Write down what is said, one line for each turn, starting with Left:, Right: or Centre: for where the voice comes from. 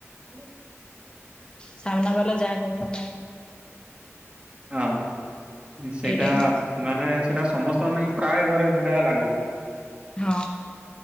Right: ଖାଲି
Left: ସାମ୍ନାବାଲା ଯାହା କରୁଥାଉନା
Right: ହଁ ସେଇଟା
Left: ଏଇଟା ହିଁ
Right: ମାନେ ସେଇଟା ସମସ୍ତଙ୍କ ନାଇ ପ୍ରାୟ ଘରେ ସେଇଟା ଲାଗୁ।
Left: ହଁ।